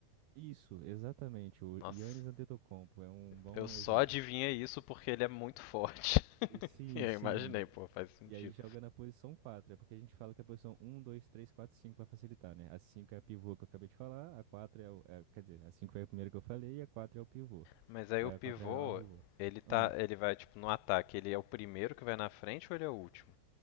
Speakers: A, on the right (about 85°); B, on the left (about 90°).
A: isso, exatamente. O
B: Nossa,
A: Giannis Antetokounmpo é um bom
B: eu só
A: exemplo.
B: adivinhei isso porque ele é muito forte. <laughs>
A: E Sim,
B: E eu
A: sim.
B: imaginei, pô, faz sentido.
A: E aí joga na posição quatro É porque a gente fala que a posição um dois três quatro cinco para facilitar, né? A 5 é a pivô que eu acabei de falar, a 4 é o. é- quer dizer, a 5 é a primeira que eu falei e a 4 é o pivô.
B: Mas aí
A: É,
B: o pivô,
A: A 4 é a ala pivô.
B: ele tá,
A: Ah.
B: ele vai tipo no ataque, ele é o primeiro que vai na frente ou ele é o último?